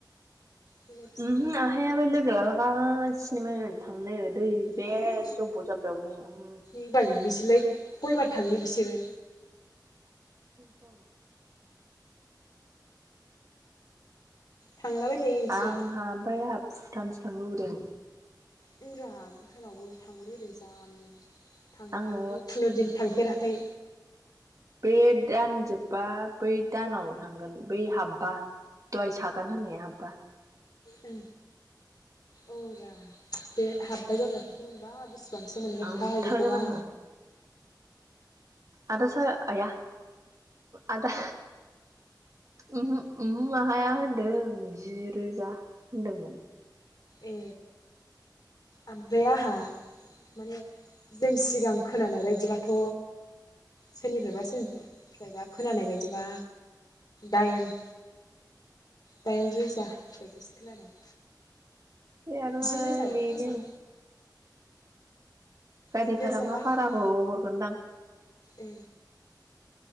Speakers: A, on the left; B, on the right.
A: बेलाय बिसोरबो
B: ओमहो आहायाबो लोगो लाला गासिनोमोन थांनो। दै बे
A: थांनो
B: जब्ब' जाब्बायावनो उम।
A: बिबार बिसोरलाय खयबार थाङो बिसोरो?
B: बेनथ'न।
A: थांलाबाय थायो बिसोर
B: आंहा ओमफाय आहा भुटानसो थांनो लुबैदों।
A: होनरा भुटानावबो थांनो लुबैदों जानो थां
B: आङो
A: आंथ' खुनु दिन थांफेरा खै।
B: बे दानजोबबा बै दानाव थांगोन बै हाब्बा दहाय सागोन होननाया हाब्बा।
A: ओ औ रा बे हाब्बाय जाबाथ' मोनबा बेस सेबांसो मोनगोनथाय
B: थांथारगोन
A: बेखौबा
B: आङो आदा सा आया आदा उमहो आहाया होनदों जि रोजा होनदोंमोन।
A: ए आमफ्राय आहा माने जों सिगां खोनानाय बायदिबाथ' सोरनिफ्रायबा सोरनिफ्रायबा खोनानाय बायदिबा दाइन दाइन रोजा बायदिस खोनादों।
B: बे आरोय
A: जि रोजाबाथ'
B: बेनो
A: मोजां
B: गारि
A: जि
B: भारा
A: रोजाबा
B: मा
A: हामगौ
B: भाराखौ हरगोनदां।
A: ए